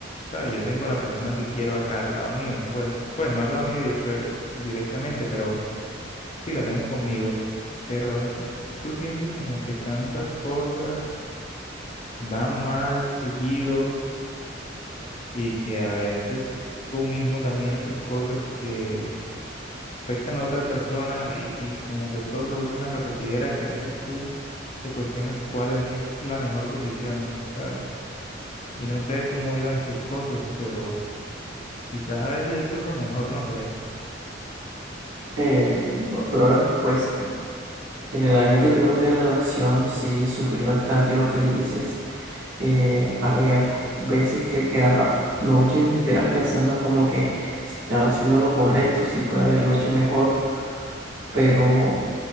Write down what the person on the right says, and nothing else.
Eh, bro, pues en el año que tuvimos de relación, sí, sufrí bastante lo que dices. eh, había co- veces que quedaba noches enteras pensando como que si estaba haciendo lo correcto, si pude haberlo hecho mejor, pero